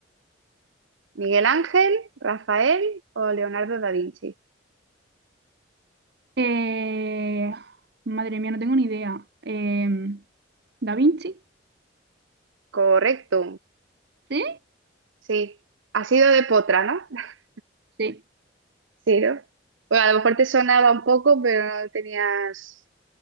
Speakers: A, on the right (about 85°); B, on the right (about 55°).
A: Miguel Ángel, Rafael o Leonardo da Vinci.
B: Eh, madre mía, no tengo ni idea. Em, ¿Da Vinci?
A: Correcto,
B: ¿Sí?
A: sí. Ha sido de potra, ¿no? <laughs>
B: Sí,
A: Sí, ¿no? Bueno, a lo mejor te sonaba un poco, pero no lo tenías